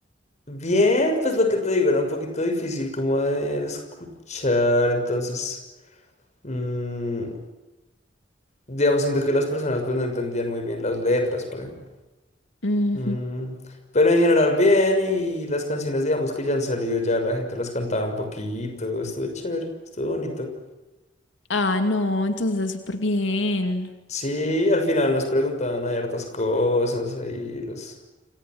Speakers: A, on the left (about 40°); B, on the left (about 85°).
A: Bien, pues lo que te digo era un poquito difícil como de, de escuchar, entonces, mm, digamos, siento que las personas pues no entendían muy bien las letras, por ejemplo.
B: Ujú.
A: Mm, pero en general bien y las canciones, digamos, que ya han salido, ya la gente las cantaba un poquito, estuvo chévere, estuvo bonito.
B: Ah, no, entonces súper bien.
A: Sí, al final nos preguntaban hay hartas cosas, ahí los,